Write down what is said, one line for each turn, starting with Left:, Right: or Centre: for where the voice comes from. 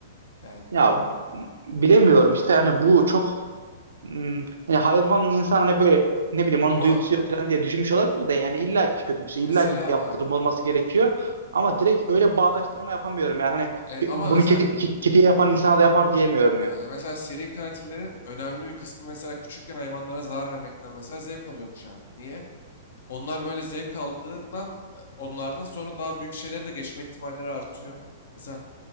Left: yani.
Right: ya bilemiyorum işte yani bu çok Hmm, yani hayvan insan hani böyle ne bileyim onun
Left: Ama
Right: duygusu yok falan diye düşünmüş olabilir de yani illa ki kötü bir şey
Left: mesela
Right: illa ki yaptırım
Left: abi
Right: olması gerekiyor ama direkt öyle bağdaştırma yapamıyorum yani hani
Left: evet
Right: ke-
Left: ama
Right: bunu
Left: mesela
Right: kedi, ke- kediye yapan insana da yapar diyemiyorum
Left: Eee,
Right: yani.
Left: Mesela seri katillerin önemli bir kısmı mesela küçükken hayvanlara zarar vermekten mesela zevk alıyormuş abi. Niye? Onlar böyle zevk aldığından e, onlardan sonra daha büyük şeylere de geçme ihtimalleri artıyor. Mesela